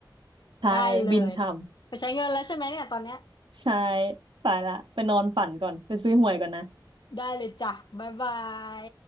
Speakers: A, on the right; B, on the left.
A: ำใช่บินช่
B: ได้เลย ไปใช้เงินแล้วใช่ไหมเนี่ยตอนเนี้ย
A: ำใช่ไปละไปนอนฝันก่อนไปซื้อหวยก่อนนะ
B: ได้เลยจ้ะบ๊ายบาย